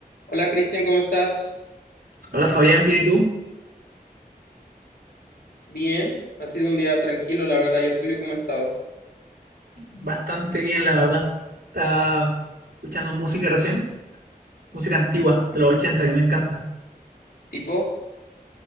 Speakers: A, on the left (about 80°); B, on the right (about 85°).
A: Hola Cristian, ¿cómo estás?
B: Hola Fabián, ¿bien y tú?
A: Bien, ha sido un día tranquilo, la verdad. ¿Y el tuyo cómo ha estado?
B: Bastante bien, la verdad. Estaba escuchando música recién, música antigua de los 80 que me encanta.
A: ¿Tipo?